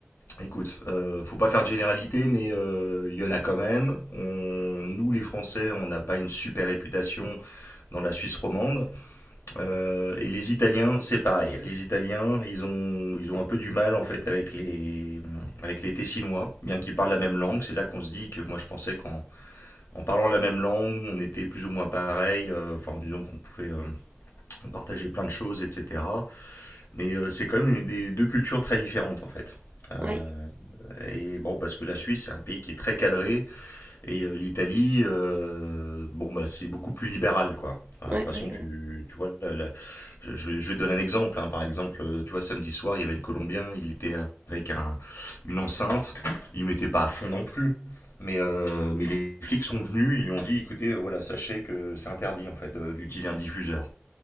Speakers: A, on the left; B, on the right.
A: Écoute, euh, faut pas faire de généralité, mais euh, il y en a quand même. On, nous, les Français, on n'a pas une super réputation dans la Suisse romande. Euh, et les Italiens, c'est pareil. Les Italiens, ils ont, ils ont un peu du mal en fait avec les, avec les Tessinois, bien qu'ils parlent la même langue. C'est là qu'on se dit que moi je pensais qu'en en parlant la même langue, on était plus ou moins pareil, euh, enfin en disant qu'on pouvait euh, on partageait plein de choses, etc. Mais euh, c'est quand même une des deux cultures très différentes en fait. Euh,
B: Ouais,
A: et bon, parce que la Suisse, c'est un pays qui est très cadré, et euh, l'Italie, euh, bon bah c'est beaucoup plus libéral quoi. Enfin,
B: ouais,
A: de toute façon,
B: ouais,
A: tu,
B: ouais.
A: tu vois, la- la- je, je- je donne un exemple. hein. Par exemple, euh, tu vois, samedi soir, il y avait le Colombien, il était avec un, une enceinte, il mettait pas à fond non plus. Mais, euh, mais les flics sont venus, ils lui ont dit, écoutez, euh, voilà, sachez que c'est interdit en fait de- d'utiliser un diffuseur.